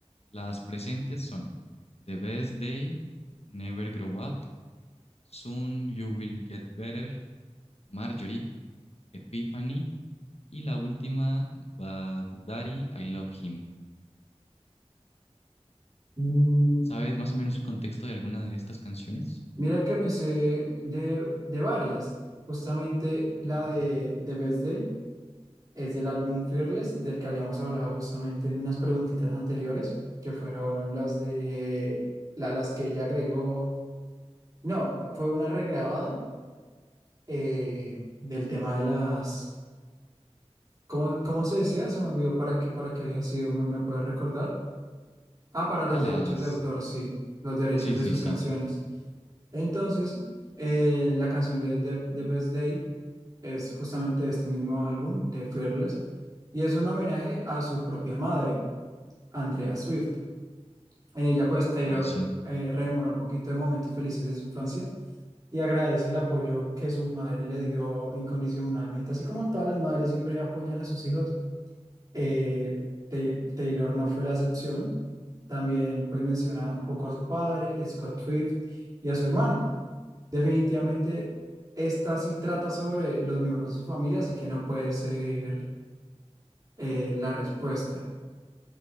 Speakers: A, on the left; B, on the right.
A: Las presentes son The Best Day, Never Grow Up, Soon You Will Get Better, Marjorie, Epiphany y la última, Bad Daddy, I Love Him.
B: Mm,
A: ¿Sabes más o menos el contexto de alguna de estas canciones?
B: Mira que me sé de, de varias. Justamente la
A: Sí,
B: de
A: ok.
B: de Best Day es del álbum Fearless, del que habíamos hablado justamente en unas preguntitas anteriores, que fueron las de la- las que ella agregó. No, fue una regrabada eh, del tema de las. ¿Cómo, cómo se decía? Se me olvidó para qué, para qué había sido. ¿Me, me puedes recordar? Ah, para
A: Ah,
B: los
A: las
B: derechos de autor, sí, los derechos
A: Sí,
B: de
A: sí,
B: sus
A: sí.
B: canciones. Entonces, eh, la canción de, de, de Best Day es justamente de este mismo álbum, de Fearless, y es un homenaje a su propia madre, Andrea Swift. En ella, pues, Taylor
A: Wow, sí. Ok,
B: eh, rememora un poquito de momentos felices de su infancia y agradece el apoyo que su madre le dio incondicionalmente, así como todas las madres siempre apoyan a sus hijos. Eh, Tay- Taylor no fue la excepción. También pues menciona un poco a su padre, Scott Swift, y a su hermano. Definitivamente esta sí trata sobre los miembros de su familia, así que no puede ser eh, la respuesta.